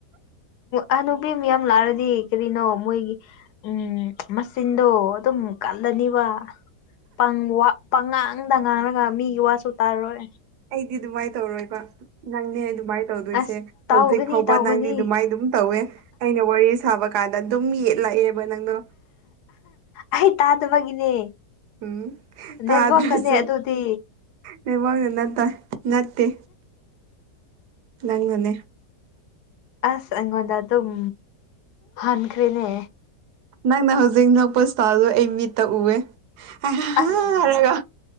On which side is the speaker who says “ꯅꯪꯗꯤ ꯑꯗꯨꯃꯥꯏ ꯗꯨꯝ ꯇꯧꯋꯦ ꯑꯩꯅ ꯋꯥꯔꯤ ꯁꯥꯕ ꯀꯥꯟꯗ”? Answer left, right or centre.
Right